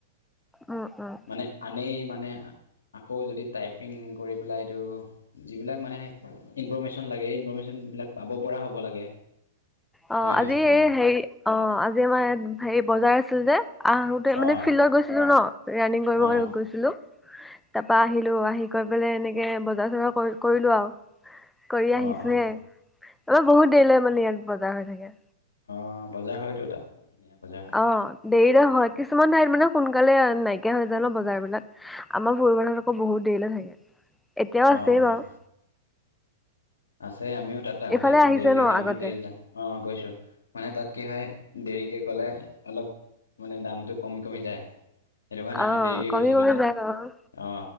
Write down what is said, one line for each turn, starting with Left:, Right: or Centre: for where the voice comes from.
Centre: উম উম
Left: মানে আনে মানে আকৌ যদি টাইপিং কৰি পেলাই ত যিবিলাক মানে ইনফৰমেশ্যন লাগে এই ইনফৰৰ্মেশ্যন বিলাক পাব পৰা হ'ব লাগে।
Centre: অ'
Left: হয় নহয়
Centre: আজি
Left: তেনেকুৱা
Centre: এই হেৰি অ' আজি আমাৰ ইয়াত হেৰি বজাৰ আছিল যে। আহোঁতে মানে
Left: অ',
Centre: লৈ গৈছিলো ন ৰানিং কৰিব
Left: অ',
Centre: গৈছিলো। তাৰ পৰা আহিলো আহি কৰি পেলাই এনেকে বজাৰ চজাৰ কৰি কৰিলো আৰু। কৰি আহিছোহে।
Left: অ', অ',
Centre: আমাৰ বহুত দেৰিলৈ মানে ইয়াত বজাৰ হৈ থাকে।
Left: অ' বজাৰ হয়তো তাত, ধুনীয়া বজাৰ হয়।
Centre: অ দেৰিৰে হয়। কিছুমান ঠাইত মানে সোনকালে নাইকিয়া হৈ যায় ন' বজাৰবিলাক। আমাৰ ভৰো বানত আকৌ বহুত দেৰি দিলে থাকে। এতিয়াও
Left: অ',
Centre: আছেই
Left: অ',
Centre: বাৰু।
Left: আছে আমিও তাত আগতে
Centre: এইফালে আহিছে
Left: দেৰিলৈকে
Centre: ন
Left: আমি
Centre: আগতে
Left: দেৰিত যাম অ গৈছো। মানে তাত কি হয়, দেৰিকে গ'লে অলপ মানে দামটো কমি - কমি যায়। সেইটো কাৰণে
Centre: অ
Left: আমি দেৰিকে
Centre: কমি
Left: গৈছিলো
Centre: কমি যায়
Left: তাত
Centre: বাৰু
Left: অ